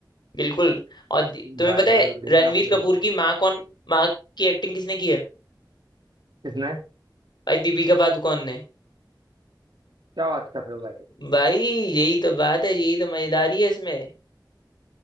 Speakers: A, on the left (about 65°); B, on the right (about 70°).
A: बिल्कुल और दि- तुम्हें
B: भाई
A: पता है
B: पे तो देखना
A: रणवीर
B: पड़ेगा
A: कपूर की माँ कौन माँ की एक्टिंग किसने की है
B: किसने
A: भाई दीपिका पादुकोण ने
B: क्या बात कर रहे हो भाई
A: भाई यही तो बात है यही तो मजेदारी है इसमें